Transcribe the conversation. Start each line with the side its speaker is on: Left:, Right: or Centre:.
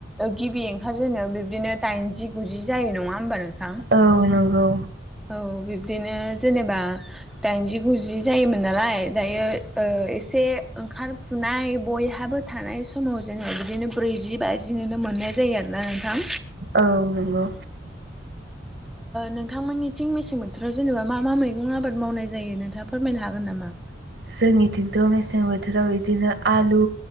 Centre: गिबि ओंखारजेनो बिब्दिनो दाइनजि गुजि जायो नङा होनबानो थां
Right: औ नंगौ
Centre: औ बिदिनो जेनेबा दाइनजि गुजि जायोमोन नालाय दायो एसे ओंखारफुनाय बयहाबो थानाय समाव जोङो बिदिनो ब्रैजि बाजिनो मोननाय जायो आरोना नोंथां
Right: औ नंगौ।
Centre: नोंथांमोननि थिं मेसें बोथोराव जेनेबा मा मा मैगं आबाद मावनाय जायो नोंथाङा फोरमायनो हागोन। नामा
Right: जोंनिथिंथ' मेसें बोथोराव बिदिनो आलु,